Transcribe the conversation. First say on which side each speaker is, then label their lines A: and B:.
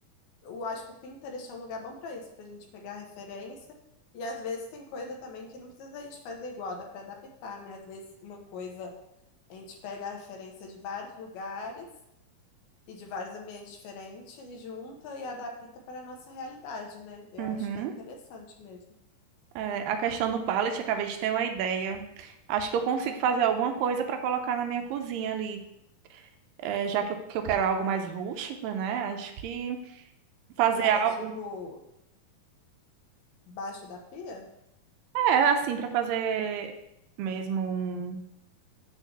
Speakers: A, on the left (about 80°); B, on the right (about 75°).
A: eu acho que o Pinterest é um lugar bom para isso, para a gente pegar referência. E às vezes tem coisa também que não precisa a gente fazer igual, dá para adaptar, né? Às vezes uma coisa a gente pega a referência de vários lugares e de vários ambientes diferentes e junta e adapta para a nossa realidade, né? Eu
B: uhum.
A: acho que é interessante mesmo.
B: É, a questão do pallet, acabei de ter uma ideia. Acho que eu consigo fazer alguma coisa pra colocar na minha cozinha ali, É, já que eu, que eu quero algo mais rústico, né? Acho que
A: Você
B: fazer
A: fala,
B: algo
A: tipo, baixo da pia?
B: É, assim, pra fazer mesmo um...